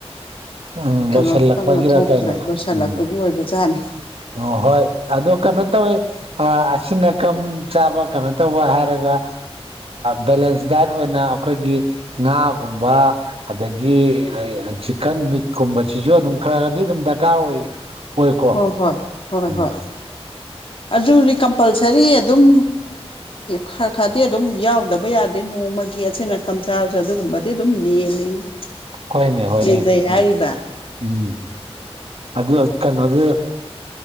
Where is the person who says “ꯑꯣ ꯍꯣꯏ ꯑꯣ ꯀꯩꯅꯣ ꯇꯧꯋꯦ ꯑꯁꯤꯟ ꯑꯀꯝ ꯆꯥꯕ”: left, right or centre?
Right